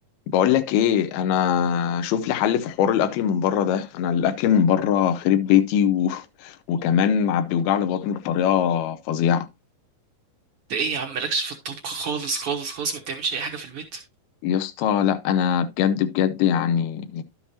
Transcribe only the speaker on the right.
ده ايه يا عم مالكش في الطبخ خالص خالص خالص ما بتعملش اي حاجه في البيت